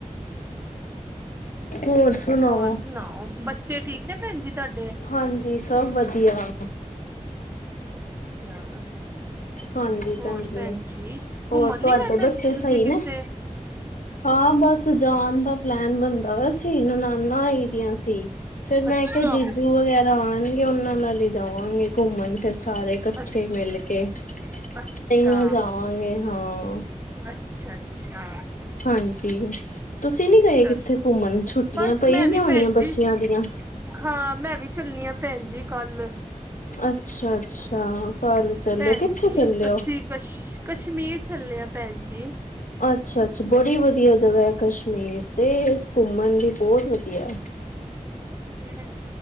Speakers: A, on the left; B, on the right.
A: ਹੋਰ ਸੁਣਾਓ।
B: ਹੋਰ ਸੁਣਾਓ ਬੱਚੇ ਠੀਕ ਨੇ ਭੈਣ ਜੀ ਤੁਹਾਡੇ।
A: ਹਾਂਜੀ ਸਭ ਵਧੀਆ
B: ਅੱਛਾ
A: ਹਾਂਜੀ
B: ਹੋਰ
A: ਜੀ
B: ਭੈਣ ਜੀ--ਘੁੰਮਣ
A: ਹੋਰ ਤੁਹਾਡੇ
B: ਨੀ ਗਏ ਭੈਣ
A: ਬੱਚੇ
B: ਜੀ
A: ਸਹੀ
B: ਤੁਸੀਂ ਕਿੱਥੇ
A: ਨੇ
B: <unintelligible>
A: ਹਾਂ ਬਸ ਜਾਣ ਦਾ ਪਲੈਨ ਬਣਦਾ ਵਾ ਸੀ ਨਨਾਨਾਂ ਆਈ ਦੀਆਂ ਸੀ। ਫੇਿਰ
B: ਅੱਛਾ,
A: ਮੈਂ ਕਿਹਾ ਜੀਜੂ ਵਗੈਰਾ। ਆਉਣਗੇ ਉਹਨਾਂ ਨਾਲ ਹੀ ਜਾਵਾਂਗੇ ਘੁੰਮਣ ਫਿਰ ਸਾਰੇ। ਇਕੱਠੇ
B: ਅੱਛ
A: ਮਿਲ ਕੇ
B: ਅੱਛਾ,
A: ਕਈਆਂ ਜਾਵਾਂਗੇ ਹਾਂ।
B: ਅੱਛਾ, ਅੱਛਾ।
A: ਹਾਂਜੀ ਤੁਸੀਂ ਨੀ ਗਏ
B: ਅੱਛਾ
A: ਕਿੱਥੇ ਘੁੰਮਣ ਛੁੱਟੀਆਂ
B: ਬਸ
A: ਪਈ
B: ਮੈਂ
A: ਸੀ
B: ਵੀ
A: ਹੋਣੀਆਂ
B: ਭੈਣ
A: ਬੱਚਿਆਂ
B: ਜੀ
A: ਦੀਆਂ
B: ਹਾਂ ਮੈਂ ਵੀ ਚੱਲਣੀ ਆਾਂ ਭੈਣ ਜੀ ਕੱਲ।
A: ਅੱਛਾ, ਅੱਛਾ ਕੱਲ ਚੱਲਿਓ,
B: ਭੈਣ
A: ਕਿੱਥੇ
B: ਜੀ
A: ਚੱਲਿਓ।
B: ਅਸੀਂ ਕਸ਼ ਕਸ਼ਮੀਰ ਚੱਲੇਿਆ ਭੈਣ ਜੀ।
A: ਅੱਛਾ, ਅੱਛਾ ਬੜੀ ਵਧੀਆ ਜਗ੍ਹਾ ਹੈ। ਕਸ਼ਮੀਰ ਤੇ ਘੁੰਮਣ ਵੀ ਬਹੁਤ ਵਧੀਆ ਹੈ।
B: ਹਾਂ